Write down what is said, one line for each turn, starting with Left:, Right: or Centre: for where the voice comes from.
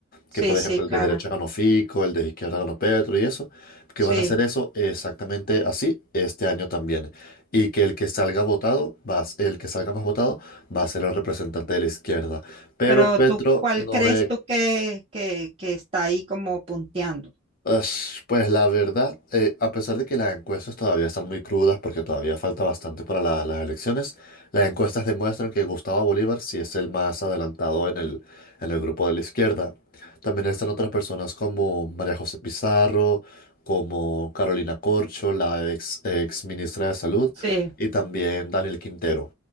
Right: Sí,
Left: que por ejemplo
Right: sí, claro,
Left: el de derecha ganó Fico, el de izquierda ganó Petro y eso que
Right: sí.
Left: van a hacer eso exactamente así este año también. Y que el que salga votado, va a s- el que salga más votado, va a ser el representante de la izquierda. Pero
Right: Pero
Left: Petro
Right: tú, ¿cuál
Left: no
Right: crees
Left: ve
Right: tú que, que, que está ahí como punteando?
Left: Ush, Pues la verdad, eh, a pesar de que las encuestas todavía están muy crudas porque todavía falta bastante para la- las elecciones, las encuestas demuestran que Gustavo Bolívar sí es el más adelantado en el, en el grupo de la izquierda. También están otras personas como María José Pizarro, como Carolina Corcho, la ex, ex ministra de Salud,
Right: Sí.
Left: y también Daniel Quintero.